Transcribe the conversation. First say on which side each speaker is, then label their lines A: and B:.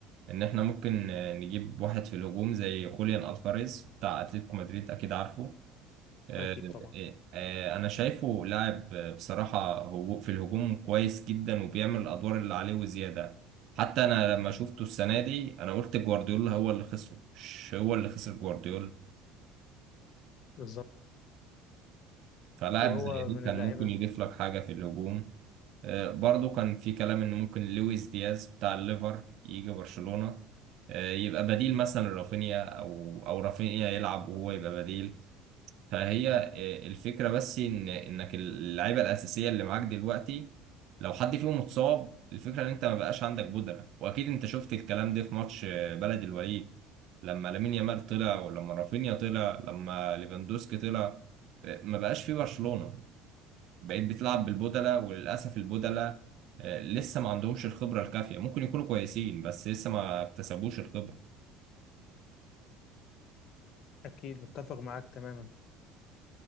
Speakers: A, on the right; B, on the left.
A: إن إحنا ممكن آه، نجيب واحد في الهجوم زي خوليان ألفاريز بتاع أتلتيكو مدريد أكيد عارفه آه،
B: اكيد طبعا
A: آه، انا شايفه لاعب آه، بصراحه هو في الهجوم كويس جدا وبيعمل الادوار اللي عليه وزياده حتى انا لما شفته السنه دي انا قلت جوارديولا هو اللي خسره مش هو اللي خسر جوارديولا
B: بالظبط
A: فلاعب
B: وهو
A: زي دي
B: من
A: كان
B: اللعيبه
A: ممكن يضيف لك حاجه في الهجوم آه، برضو كان في كلام ان ممكن لويس دياز بتاع الليفر يجي برشلونه آه، يبقى بديل مثلا لرافينيا او او رافينيا يلعب وهو يبقى بديل فهي آه، الفكرة بس إن إنك اللعيبة الأساسية اللي معاك دلوقتي لو حد فيهم اتصاب الفكرة إن أنت ما بقاش عندك بودرة وأكيد أنت شفت الكلام ده في ماتش آه، بلد الوليد لما لامين يامال طلع ولما رافينيا طلع لما ليفاندوسكي طلع آه، ما بقاش في برشلونة بقيت بتلعب بالبودلة وللأسف البودلة آه، لسه ما عندهمش الخبرة الكافية ممكن يكونوا كويسين بس لسه ما اكتسبوش الخبرة
B: اكيد متفق معاك تماما